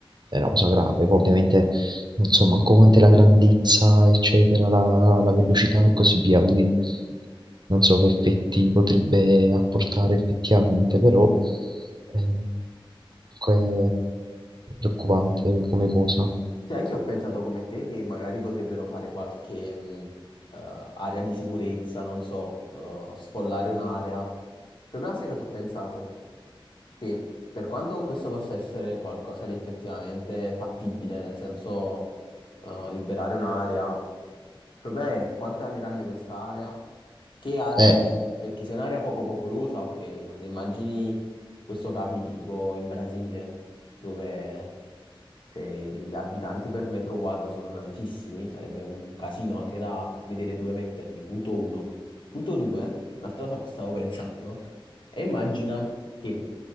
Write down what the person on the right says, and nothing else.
è una cosa grave. Poi ovviamente non so manco quant'è la grandezza, eccetera, la, la velocità e così via, quindi non so che effetti potrebbe apportare effettivamente, però eh, comunque è preoccupante come cosa.
Eh,